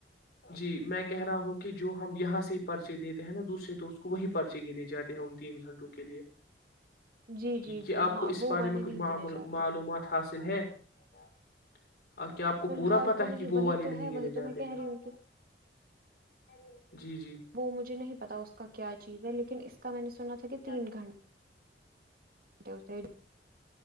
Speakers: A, on the left (about 60°); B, on the right (about 55°).
A: جی میں کہہ رہا ہوں کہ جو ہم یہاں سے ہی پرچے دیتے ہیں نا دوسرے دوست کو وہی پرچے گرنے جاتے ہیں ان تین گھنٹوں کے لیے
B: جی
A: <inaudible> کہ
B: جی
A: کیا
B: جی
A: آپ
B: ہاں
A: کو اس
B: وہ
A: بارے
B: والے
A: میں کچھ
B: نہیں
A: مع
B: گنے جاتے
A: معلومات
B: ہیں
A: حاصل ہے <inaudible> کو
B: فی الحال
A: پورا پتا
B: تو
A: ہے
B: نہیں
A: کہ وہ
B: وہی
A: والے
B: تو
A: نہیں
B: ہے
A: گنے
B: وہی
A: جاتے
B: تو میں کہہ
A: ہیں
B: رہی
A: حال
B: ہوں کہ
A: ہوں
B: وہ مجھے نہیں پتا اس کا کیا چیز ہے لیکن اس کا میں نے سنا تھا کہ تین
A: ج ب <unintelligible> س <inaudible> گھ
B: گھنٹے ہوتے ہیں